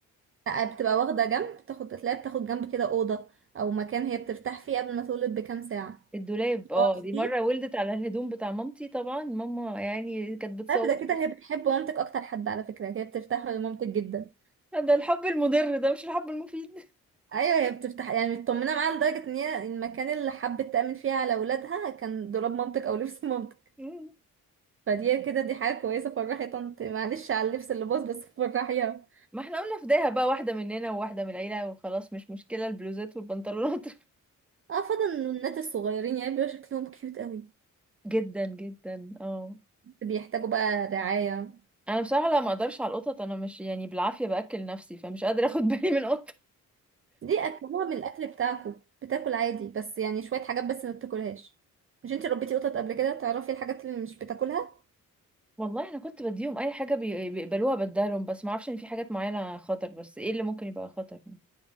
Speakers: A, on the right; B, in the centre.
A: لا بتبقى واخده جنب بتاخد تلاقيها بتاخد جنب كده اوضه او مكان هي بترتاح فيه قبل ما تولد بكام ساعه
B: <laughs> الدولاب
A: تقعد
B: اه دي
A: فيه
B: مرة ولدت على الهدوم بتاع مامتي طبعا ماما يعني كانت بتصور
A: طيب ده كده هي بتحب مامتك اكتر حد على فكره هي بترتاح لمامتك جدا
B: ده الحب المضر ده مش الحب المفيد
A: ايوه هي بتفتح يعني مطمنه معاها لدرجه ان هي المكان اللي حبت تامن فيه على اولادها كان دولاب مامتك او لبس <laughs> مامتك
B: <laughs>
A: فدي كده دي حاجه كويسه فرحي طنط معلش على اللبس اللي باظ بس فرحيها
B: ما احنا قلنا فداها بقى واحدة مننا وواحدة من العيلة وخلاص مش مشكلة البلوزات والبنطلونات
A: اه فضل النونات الصغيرين يعني بيبقى شكلهم كيوت قوي
B: جدا جدا اه
A: بيحتاجوا بقى رعايه
B: انا بصراحه لا ما اقدرش على القطط انا مش يعني بالعافيه باكل نفسي فمش قادره اخد <laughs> بالي من قطه
A: دي اكلوها من الاكل بتاعكو بتاكل عادي بس يعني شويه حاجات بس ما بتاكلهاش مش انتي ربيتي قطط قبل كده تعرفي الحاجات اللي مش بتاكلها
B: والله انا كنت بديهم اي حاجه بي... بيقبلوها بديهم بس ما اعرفش ان في حاجات معينه خطر بس ايه اللي ممكن يبقى خطر يعني